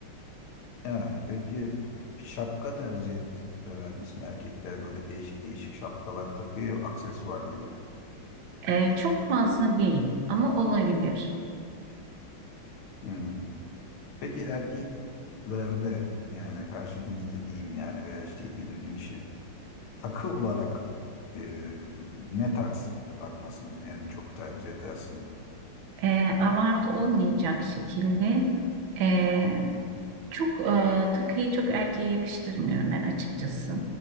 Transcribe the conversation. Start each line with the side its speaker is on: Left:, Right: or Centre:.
Left: Yani peki şapka tercih sever misin? Erkekler böyle değişik değişik şapkalar takıyor, aksesuar gibi.
Right: E, e, çok fazla değil ama olabilir.
Left: Hmm. Peki erkeklerde yani karşı cins dediğim yani veya işte ilgi duyduğun kişi takı olarak e, ne taksın, takmasını en çok tercih edersin?
Right: E, abartı olmayacak şekilde e, Çok e, takıyı çok erkeğe yakıştırmıyorum ben açıkçası.